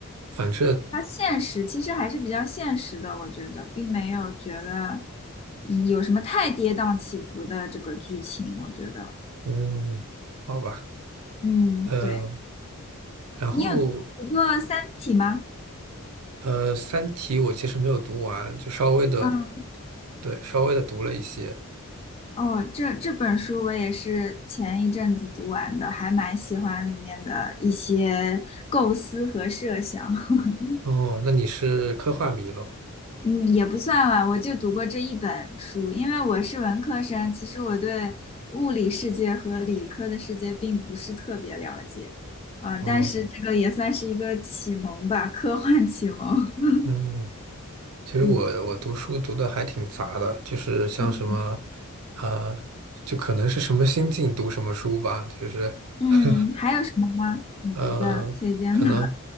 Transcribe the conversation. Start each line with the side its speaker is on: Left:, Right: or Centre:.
Right: 反正
Left: 他现实其实还是比较现实的，我觉得并没有觉得嗯有什么太跌宕起伏的这个剧情，我觉得
Right: 嗯，好吧，
Left: 嗯，
Right: 嗯，
Left: 对，
Right: 然后
Left: 你有读过《三体》吗？
Right: 呃，《三体》我其实没有读完，就稍微的，
Left: 啊。
Right: 对，稍微的读了一些。
Left: 哦，这这本书我也是前一阵子读完的，还蛮喜欢里面的一些构思和设想。<laughs>
Right: 哦，那你是科幻迷咯？
Left: 嗯，也不算吧，我就读过这一本书，因为我是文科生，其实我对物理世界和理科的世界并不是特别了解，啊、
Right: 哦，
Left: 但是这个也算是一个启蒙吧，科幻启蒙。<laughs>
Right: 嗯，其实我我读书读的还挺杂的，
Left: 嗯
Right: 就是像什么，
Left: 嗯
Right: 呃，就可能是什么心境读什么书吧，就是
Left: 嗯，
Right: <laughs>
Left: 还有什么吗？你觉得推荐的？
Right: 呃，可能